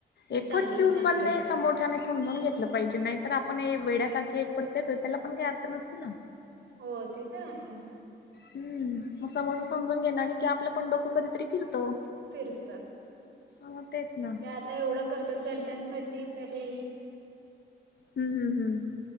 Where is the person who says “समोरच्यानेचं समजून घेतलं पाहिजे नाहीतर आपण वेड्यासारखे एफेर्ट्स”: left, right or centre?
Left